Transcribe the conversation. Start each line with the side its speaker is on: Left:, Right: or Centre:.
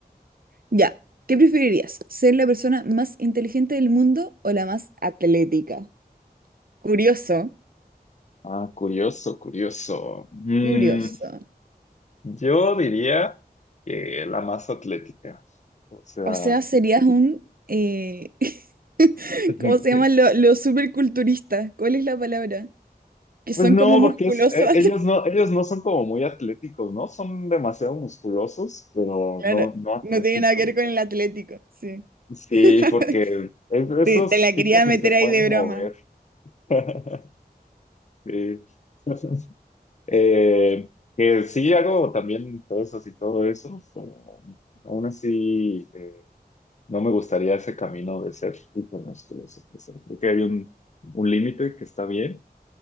Right: Ya, ¿qué preferirías? ¿Ser la persona más inteligente del mundo o la más atlética? Curioso,
Left: Ah, curioso, curioso. Mm,
Right: curioso.
Left: yo diría. eh, la más atlética. O sea,
Right: O sea, serías un... eh, <laughs>
Left: <laughs>
Right: ¿Cómo se llaman los superculturistas? ¿Cuál es la palabra? Que son
Left: pues no,
Right: como musculosos.
Left: porque es- eh,
Right: <laughs>
Left: ellos no, ellos no son como muy atléticos, ¿no? Son demasiado musculosos, pero
Right: Claro,
Left: no, no atléticos.
Right: no tiene nada que ver con
Left: pero-
Right: el Atlético, sí.
Left: Sí,
Right: <laughs>
Left: porque es- esos
Right: Te, te la
Left: tipos
Right: quería meter
Left: ni se pueden
Right: ahí de
Left: mover.
Right: broma.
Left: <laughs> Sí. <laughs> Eh, que sí hago también cosas y todo eso, pero aún así eh, no me gustaría ese camino de ser hipermusculoso. O sea, Creo que hay un, un límite que está bien